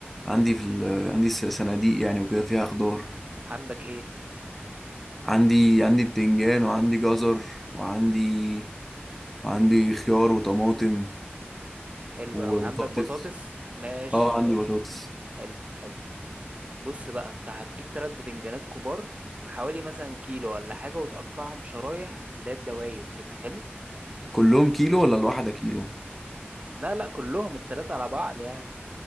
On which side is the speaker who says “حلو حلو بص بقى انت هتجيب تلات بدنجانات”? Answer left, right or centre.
Right